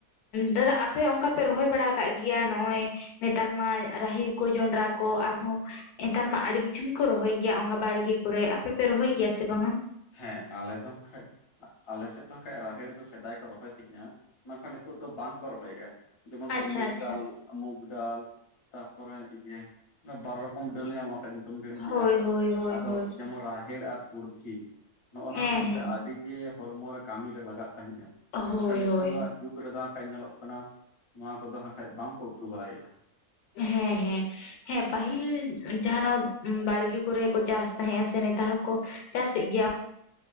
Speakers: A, on the left (about 80°); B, on the left (about 40°).
A: ᱫᱟᱫᱟ ᱟᱯᱮ ᱚᱱᱠᱟ ᱯᱮ ᱨᱚᱦᱚᱭ ᱵᱟᱲᱟ ᱟᱠᱟᱫ ᱜᱮᱭᱟ ᱱᱚᱜᱼ ᱚᱭ ᱱᱮᱛᱟᱨ ᱢᱟ ᱨᱟᱦᱮᱲ ᱠᱚ ᱡᱚᱱᱰᱨᱟ ᱠᱚ ᱟᱨᱦᱚ ᱱᱮᱛᱟᱨ ᱢᱟ ᱟᱹᱰᱤ ᱠᱤᱪᱷᱩ ᱜᱮᱠᱚ ᱨᱚᱦᱚᱭ ᱜᱮᱭᱟ ᱚᱱᱠᱟ ᱵᱟᱲᱜᱮ ᱠᱚᱨᱮ ᱟᱯᱮᱯᱮ ᱨᱚᱦᱚᱭ ᱜᱮᱭᱟ ᱥᱮ ᱵᱟᱝᱟ?
B: ᱦᱮ ᱟᱞᱮ ᱫᱚ ᱦᱟᱠᱠᱷᱟᱡ ᱟᱞᱮ ᱥᱮᱫ ᱫᱚ ᱦᱟᱠᱷᱟᱡ ᱨᱟᱦᱮᱲ ᱫᱚ ᱥᱮᱫᱟᱭ ᱠᱚ ᱨᱚᱦᱚᱭ ᱛᱤᱧᱟᱹ ᱢᱮᱱᱠᱷᱟᱱ ᱱᱤᱛᱚᱜ ᱫᱚ ᱵᱟᱝ ᱠᱚ ᱨᱚᱦᱚᱭᱮᱫᱼᱟ ᱡᱮᱢᱚᱱ ᱛ
A: ᱟᱪᱪᱷᱟ
B: ᱢᱩᱜ
A: ᱟᱪᱪᱷᱟ
B: ᱰᱟᱞ ᱢᱩᱠ ᱰᱟᱞ ᱛᱟᱯᱚᱨᱮ ᱤᱭᱟᱹ ᱚᱱᱟ ᱵᱟᱨ ᱨᱚᱠᱚᱢ ᱰᱟᱹᱞ ᱧᱟᱢᱚᱜ-ᱟ ᱠᱷᱟᱱᱡ ᱦᱲᱤᱧ ᱠᱮᱫᱼᱟ
A: ᱦᱳᱭ ᱦᱳᱭ ᱦᱳᱭ
B: ᱟᱫᱚ
A: ᱦᱳᱭ
B: ᱡᱮᱢᱚᱱ ᱨᱟᱦᱮᱲ ᱟᱨ ᱠᱩᱨᱛᱷᱤ ᱱᱚᱜᱼᱚ ᱱᱚᱣᱟ
A: ᱦᱮᱸ
B: ᱠᱚᱫᱚ ᱥᱮ
A: ᱦᱮᱸ
B: ᱟᱹᱰᱤ ᱡᱮ ᱦᱚᱲᱢᱚ ᱨᱮ ᱠᱟᱹᱢᱤ ᱨᱮ ᱞᱟᱜᱟᱜ ᱛᱟᱦᱮᱼᱟ
A: ᱦᱳᱭ
B: ᱢᱮᱱᱠᱷᱟᱱ ᱱᱤᱛᱚᱜ
A: ᱦᱳᱭ
B: ᱟ ᱡᱩᱜᱽ ᱨᱮᱫᱚ ᱦᱟᱜᱠᱷᱟᱡ ᱧᱮᱞᱚᱜ ᱠᱟᱱᱟ ᱱᱚᱣᱟ ᱠᱚᱫᱚ ᱦᱟᱜᱠᱷᱟᱡ ᱵᱟᱝᱠᱚ ᱩᱛᱩ ᱵᱟᱲᱟᱭᱟ
A: ᱦᱮ ᱦᱮ ᱦᱮ ᱯᱟᱹᱦᱤᱞ ᱡᱟᱦᱟᱱᱟᱜ ᱵᱟᱲᱜᱮ ᱠᱚᱨᱮ ᱠᱚ ᱪᱟᱥ ᱛᱟᱦᱮᱜᱼᱟ ᱥᱮ ᱱᱮᱛᱟᱨ ᱦᱚᱠᱚ ᱪᱟᱥᱮᱫ ᱜᱮᱭᱟ